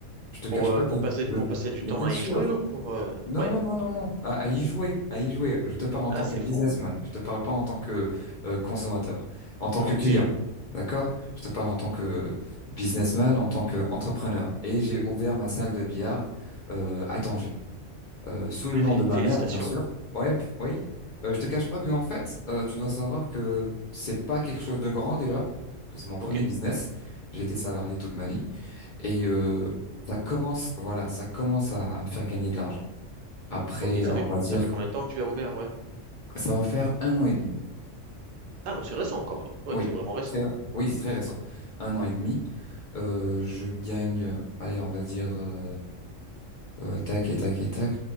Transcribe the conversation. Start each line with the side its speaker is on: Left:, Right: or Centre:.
Left: Je te cache
Right: Pour, euh,
Left: pas
Right: pour
Left: que
Right: passer,
Left: le...
Right: pour passer du temps
Left: Mais bien
Right: à
Left: sûr.
Right: y jouer ou pour, euh,
Left: Non,
Right: ouais.
Left: non, non, non, non. À, à y jouer, à y jouer. Je te parle en
Right: Ah,
Left: tant
Right: c'est
Left: que businessman.
Right: fou.
Left: Je te parle pas en tant que euh, consommateur, en tant
Right: Ok.
Left: que client. D'accord? Je te parle en tant que businessman, en tant qu'entrepreneur. Et j'ai ouvert ma salle de billard euh, à Tanger euh, sous le
Right: Bah,
Left: nom
Right: fé-
Left: de ma
Right: félicitations.
Left: mère, bien sûr. Ouais, oui. Euh, je te cache pas que en fait, euh, tu dois savoir que c'est pas quelque chose de grand déjà. parce que C'est mon premier
Right: Ok.
Left: business. J'ai été salarié toute ma vie et euh, ça commence, voilà, ça commence à, à me faire gagner de l'argent. Après,
Right: Ok.
Left: euh,
Right: Ça fait,
Left: on
Right: co-
Left: va dire,
Right: ça fait combien de temps que tu as ouvert? Ouais.
Left: ça va faire un an et demi.
Right: Ah, bon, c'est récent encore. Oui,
Left: Oui,
Right: c'est vraiment récent.
Left: très, oui, c'est très récent. Un an et demi. Euh, je gagne, euh, allez, on va dire euh, euh, tac et tac et tac.